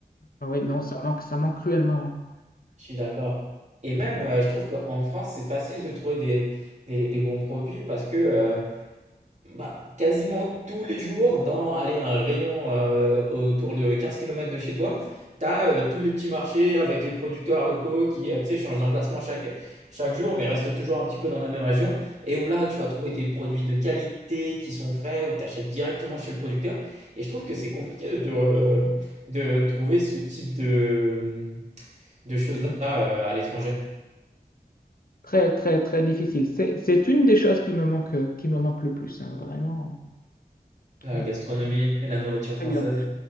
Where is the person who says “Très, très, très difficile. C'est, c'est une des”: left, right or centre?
Left